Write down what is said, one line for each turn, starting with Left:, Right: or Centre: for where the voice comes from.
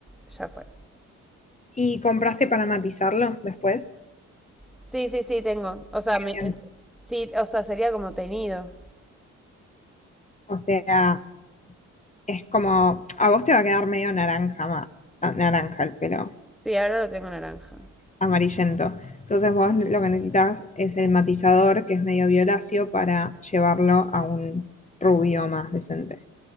Centre: ya fue.
Left: ¿y compraste para matizarlo después?
Centre: Sí, sí, sí, tengo. O sea, me, eh,
Left: Bien.
Centre: sí, o sea, sería como teñido.
Left: O sea, es como, a vos te va a quedar medio naranja, ma- ah, naranja el pelo,
Centre: Sí, ahora lo tengo naranja.
Left: amarillento. Entonces vos lo que necesitas es el matizador, que es medio violáceo, para llevarlo a un rubio más decente.